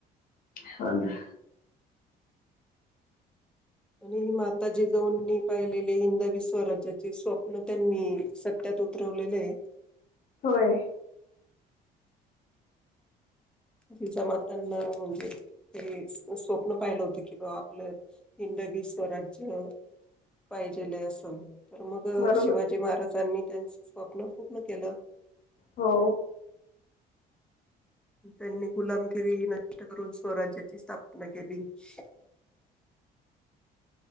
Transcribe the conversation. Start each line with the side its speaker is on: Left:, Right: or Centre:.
Left: हो ना.
Centre: आणि माताजिजाऊंनी पाहिलेले हिंदवी स्वराज्याचे स्वप्न त्यांनी सत्यात- उतरवलेलं.
Left: होय.
Centre: जिजा मातानी म्हणजे ते स्वप्न पाहिलं होत की बा आपलं हिंद - स्वराज्य पाहिजेल असं तर मग
Left: बरोबर
Centre: शिवाजी
Left: आहे.
Centre: महाराजांनी त्यांचं स्वप्न पूर्ण केलं
Left: हो
Centre: त्यांनी गुलामगिरी नष्ट करून स्वराज्याची स्थापना केली. <inaudible>